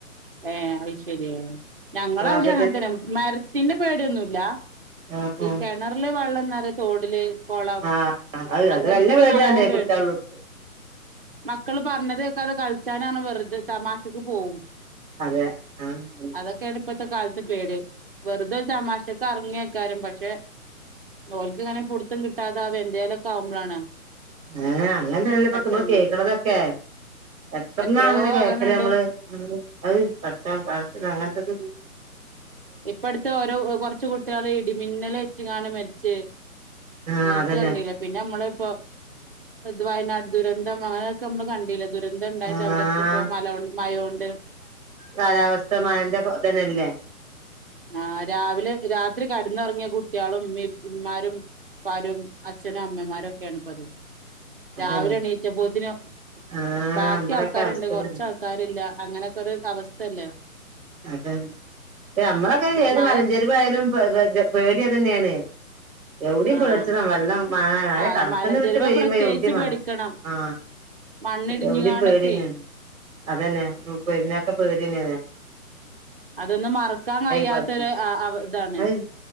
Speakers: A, on the right (about 40°); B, on the right (about 25°).
A: ഏഹ് അഅ് ശരിയാ. ഞങ്ങളവിട്യ
B: ഇപ്രാവശ്യത്തെ
A: അങ്ങൻ ത്തന്നാ. മരത്തിന്ന് പേടിയൊന്നുല്ല.
B: ഉം ഉം
A: ഇ കെണർല് വള്ളന്നറ തോടില് കൊളം
B: ആ അത്
A: അങ്ങൻത്തൊക്കെ
B: അത് നല്ല പേടിയാണ്
A: ന്നല്ലാം പേടിച്ച
B: കുട്ടികളുള്ളടുത്ത്
A: മക്കള് പറഞ്ഞത്.. <unintelligible> കൾച്ചാനാന് വെറ്തെ തമാശക്ക് പോവും
B: അതെ. ആം <unintelligible>
A: അതൊക്കെയാണ് ഇപ്പത്തെ കാലത്ത് പേട് വെറു തൊരു തമാശക്ക് എറങ്ങ്യാൽ ക്കാരം പക്ഷെ ഓൽക്ക് ഇങ്ങനെ പുട്ത്തം കിട്ടാതാവേ എന്തേലൊക്കെ ആവുമ്പളാണ്.
B: ഏഹ് അങ്ങൻതന്നല്ലെ
A: പെട്ടെന്ന്
B: പൊക്ക മ്മള് കേക്ക്ന്നതൊക്കെ. എത്തർണാ
A: എത്രയോ
B: അങ്ങന കേക്കല്
A: അങ്ങനെണ്ട്
B: അമ്മള്. <unintelligible> അഅ് പടചോൻ കാക്ക്ന്നങ്ങൻത്തത്
A: ഇപ്പട്ത്ത് ഓരൊ ഒ കൊർച്ച് കുട്ട്യള് ഇടിമിന്നലേറ്റ് കാഞ്ഞ് മരിച്ച്.
B: ആ
A: അങ്ങൻത്ത
B: അതന്നെ
A: കണ്ടീലെ പിന്നെ നമ്മള് ഇപ്പ ഇത് വയനാട്. ദുരന്തമായൊക്ക മ്മള് കണ്ടീലെ ദുരന്തണ്ടായത്
B: ആ
A: അവിടൊക്കെപ്പൊ മലോ മയോണ്ട്.
B: കാലാവസ്ഥമാരിന്റെ പ്പൊ ത്‌ന്നല്ലേ
A: ആ രാവിലേ രാത്രി കട്ന്നൊറങ്ങ്യ കുട്ട്യോളും മ്മിം മ്മാരും പ്പാരും അച്ഛനും അമ്മമാരും ഒക്കേണ്പ്പത്
B: അതന്നെ
A: രാവിലെ എണീറ്റപ്പോത്തിനൊ
B: ആഹ്
A: ബാക്കി
B: നമ്മടെക്കെ
A: ആൾക്കാര്ണ്ട്
B: അവസ്ഥ
A: കൊർച്ച്
B: ഇതന്നെ
A: ആൾക്കാര്ല്ല അങ്ങനൊക്കൊര് ടവസ്ഥല്ലെ
B: അതാണ് പിന്നെ നമ്മളൊക്കെ
A: അത്
B: ഏത്
A: മഴ
B: മലഞ്ചെരുവായാലും പ പ ക പേട്യതന്നേണെ യൊവ്ടിം
A: ആഹ്
B: പേട്ച്ചണം വെള്ളം മയ മയ
A: ആഹ്
B: കണക്ക്ന്ന്
A: മലഞ്ചെരുവ്
B: വിട്ട് പെയ്യുമ്പ
A: പ്രത്യേകിച്ച്
B: യൊവ്ടിം വേണം
A: പേടിക്കണം
B: ആ
A: മണ്ണിടിഞ്ഞുകാണ്ടൊക്കെ
B: യൊവ്ടിം പേട്യെന്നേണ് അതന്നെ <unintelligible> പേട്യെന്നേണ്
A: അതൊന്നും മറക്കാൻ കയ്യാത്തൊര്
B: കാറ്റും
A: ആ ആ താണ്
B: അഹ്